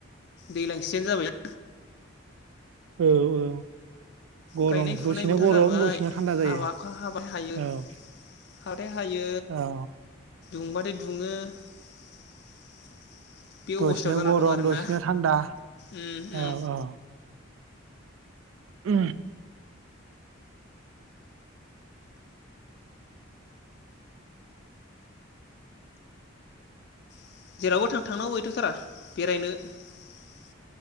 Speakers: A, on the left (about 50°); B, on the right (about 75°).
A: दैलां सिजोन जाबाय
B: औ औ। गरम
A: गायनाय फुनाय
B: दसेनो
A: बोथोर
B: गरम
A: जाबाय
B: दसेनो थान्दा
A: हाबा
B: जायो
A: अखा हाबाथाय हायो
B: औ।
A: <inaudible>
B: औ
A: <inaudible> बे
B: दसेनो
A: अबस्थायाव जाना
B: गरम
A: दं आरोना
B: दसेनो थान्दा
A: उम उम
B: औ औ उ
A: <inaudible>